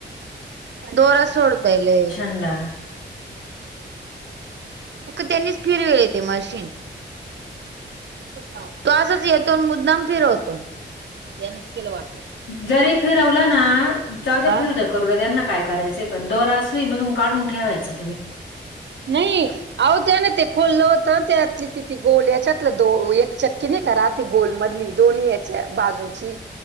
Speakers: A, on the right; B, on the left.
A: दोरा सोडता लय.
B: ला
A: त्यांनीच फिरवेले ते मशीन तो असचं येतो मुद्दाम फिरवतो त्यान केलं वाटतं
B: जरी फिरवला ना जाऊ तर
A: हा
B: फिरू दे. करू दे त्यांना काय करायचंय पण दोराच नाही म्हणून काढून ठेवायचा.
A: नाही. अहो त्या ना ते खोललं होतं त्यातली तिथती गोल याच्यातलं दो एक चक्की नाही का राहत. गोल मधली दोन्ही याच्या बाजूची